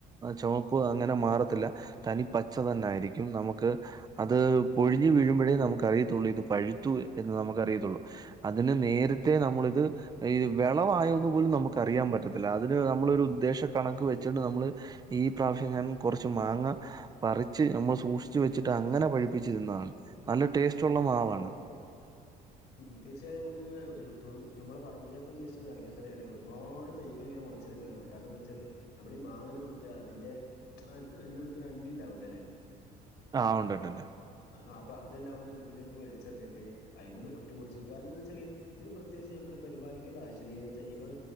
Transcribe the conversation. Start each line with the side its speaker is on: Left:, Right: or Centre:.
Right: ചുവപ്പ് അങ്ങനെ മാറത്തില്ല തനി പച്ച തന്നൊയിരിക്കും നമുക്ക് അത് പൊഴിഞ്ഞു വീഴുമ്പഴേ നമുക്ക് അറിയത്തുള്ളൂ ഇത് പഴുത്തു എന്ന് നമുക്ക് അറിയത്തുള്ളൂ അതിന് നേരത്തെ നമ്മളിത് ഈ വിളവായോന്ന് പോലും നമുക്ക് അറിയാൻ പറ്റത്തില്ല അതിന് നമ്മളൊരു ഉദ്ദേശ കണക്ക് വെച്ചിണ്ട് നമ്മള് ഈ പ്രാവശ്യം ഞാൻ കുറച്ച് മാങ്ങ പറിച്ച് നമ്മൾ സൂക്ഷിച്ച് വെച്ചിട്ട് അങ്ങനെ പഴ ച്ചിരുന്നണ് നല്ല ടേസ്റ്റ് ഉള്ള മാവാണ്
Left: അതെ ഉം തീർച്ചയായും നമുക്ക് നമ്മളെ പറമ്പലെക്കൊന്ന് ജസ്റ്റ്‌ എറങ്ങിയാത്തന്നെ വയ ഒരുപാട് തൈകൾ മൊട കാരണം എന്താച്ചാല് നമ്മളി മാങ്ങ തിന്നിട്ട് അതിന്റെ അതിന്റെ ഉള്ളിത്തെ ഒരു അണ്ടി ഉണ്ടാവല്ലോല്ലേ
Right: ആ ഉണ്ട്ണ്ട് ണ്ട്
Left: അ അപ്പൊ അതെല്ലാം കൂടി തൊടുലേക്ക് വലിച്ചിറിഞ്ഞിട്ട് അയ്മന്ന് പൊട്ടി മുളിച് കാരണം എന്താച്ചാല് ഇത് പ്രത്യേകിച്ച് നമ്മള് പരിപാലിക്കേണ്ട ആവശ്യല്ല തൈകൾ